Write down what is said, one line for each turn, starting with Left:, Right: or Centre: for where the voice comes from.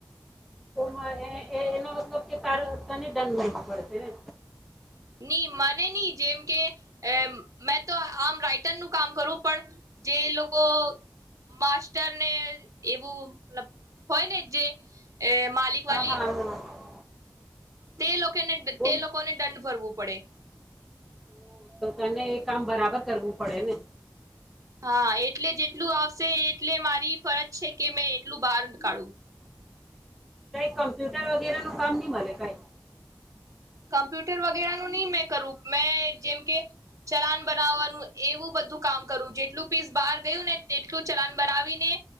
Centre: <unintelligible> એના મતલબ કે તાર તને દંડવું બળવું પડશે ને.
Right: ની મને નહી જેમ કે મેં તો આમ રાઈટર નું કામ કરું પણ જે લોકો માસ્ટર ને એવું <unintelligible> હોય ને જે એ માલિક
Centre: હા
Right: વાલીક.
Centre: હા હા
Right: તે લોક કેને
Centre: બહુ
Right: તે લોકોને દંડ ભર વુ પડે.
Centre: ઓહ, તો તને એ કામ બરાબર કરવું પડે ને.
Right: હા એટલે જેટલું આવશે એટલે મારી ફરજ છે કે મેં એટલું બહાર કાઢું.
Centre: કઈ કમ્પ્યુટર વગેરે નું કામ ન મળે કઈ.
Right: કમ્પ્યુટર વગેરેનું નહી મેં કરું મેં જેમ કે ચલાન બનાવવાનું એવું બધું કામ કરું જેટલું પીસ બહાર ગયું ને તેટલું ચલાન બનાવીને